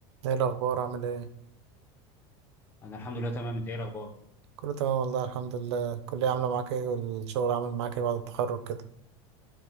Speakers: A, on the right; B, on the left.
A: ايه الاخبار عامل ايه
B: انا الحمد لله تمام انت ايه الاخبار
A: كله تمام والله الحمد لله الكليه عامله معاك ايه والشغل عامل معاك ايه بعد التخرج كده